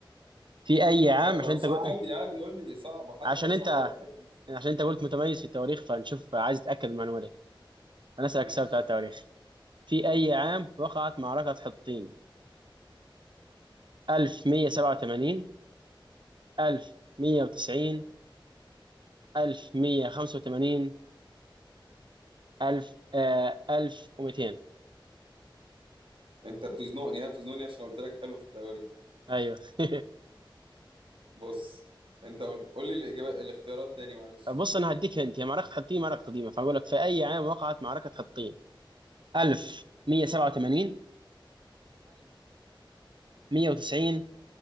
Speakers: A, on the right (about 60°); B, on the right (about 80°).
A: في أي عام
B: لا لو
A: عشان أنت
B: صعب
A: قل- آه،
B: عادي عادي قول لي صعبة حتى
A: عشان
B: لو صعبة
A: أنت
B: أنا بحب بس
A: عشان أنت قلت متميز في التواريخ فنشوف عايز أتأكد من المعلومة دي أنا أسألك
B: ماشي
A: سؤال بتاع التواريخ في أي عام وقعت معركة حطين 1187 1190 1185 1000 آه، 1200
B: أنت بتزنقني ها بتزنقني عشان قلت لك حلو في التواريخ
A: أيوه <laughs>
B: بص أنت قول قول لي الإجابات الاختيارات تاني معلش
A: بص انا هديك هنت هي معركه حطين معركه قديمه فاقول لك في اي عام وقعت معركه حطين 1187 1190